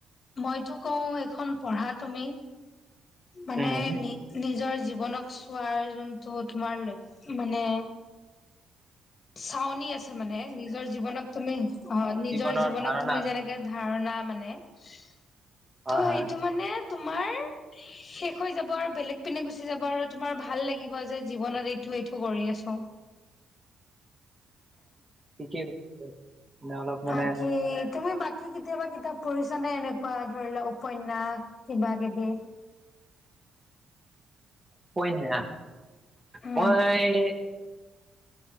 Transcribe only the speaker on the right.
উম
জীৱনৰ
ধাৰণা
হয় হয়
<inaudible> ঠিকেই মানে অলপ মানে
পই না
মই